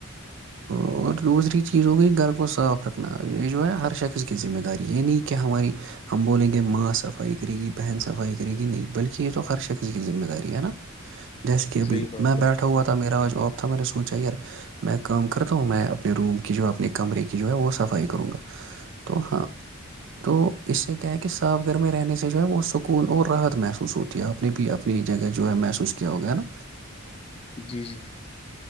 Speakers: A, on the right; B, on the left.
A: اور دوسری چیز ہو گئی گھر کو صاف رکھنا یہ جو ہے ہر شخص کی ذمہ داری یہ نہیں کیا ہماری ہم بولیں گے ماں صفائی کرے گی بہن صفائی کرے گی نہیں بلکہ یہ تو ہر شخص کی ذمہ داری ہے نا جیسے کہ ابھی
B: صحیح بات
A: میں
B: ہے
A: بیٹھا ہوا تھا میرا آج تو آب تھا میں نے سوچا یار میں کام کرتا ہوں میں اپنے روم کی جو اپنے کمرے کی جو ہے وہ صفائی کروں گا تو ہاں تو اس سے کیا ہے کہ صاف گھر میں رہنے سے جو ہے وہ سکون اور راحت محسوس ہوتی ہے آپ نے بھی اپنی جگہ جو ہے محسوس کیا ہوگا ہے نا
B: جی جی